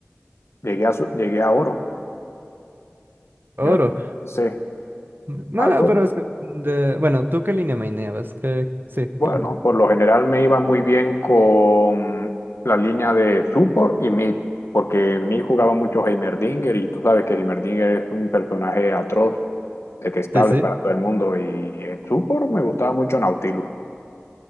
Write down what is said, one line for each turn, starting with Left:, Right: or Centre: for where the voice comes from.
Left: llegué a, su- llegué a oro. Yo,
Right: Oro.
Left: sí,
Right: No,
Left: algo.
Right: pero es que, de- bueno, ¿tú qué línea maineabas? ¿Qué... Sí,
Left: Bueno,
Right: ¿qué línea?
Left: por lo general me iba muy bien con la línea de support y mid, porque en mid jugaba mucho Heimerdinger y tú sabes que Heimerdinger es un personaje atroz, detestable
Right: Sí, sí.
Left: para todo el mundo y en support me gustaba mucho Nautilus.